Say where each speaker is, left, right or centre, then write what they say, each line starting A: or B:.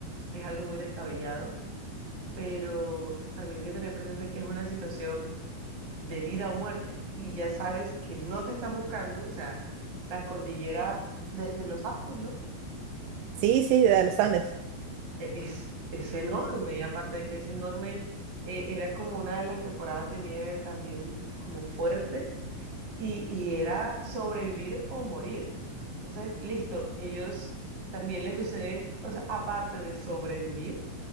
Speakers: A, on the right; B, on the right.
A: es algo muy descabellado, pero también hay que tener presente que es una situación de vida o muerte, y ya sabes que no te están buscando, o sea, la cordillera de, de los Andes, ¿no?
B: Sí, sí, de los Andes.
A: E- Es, es enorme, aparte de que es enorme, eh, era como una de las temporadas de nieve también como fuerte, y, y era sobrevivir o morir. Entonces, listo, ellos también les suceden, o sea, aparte de sobrevivir,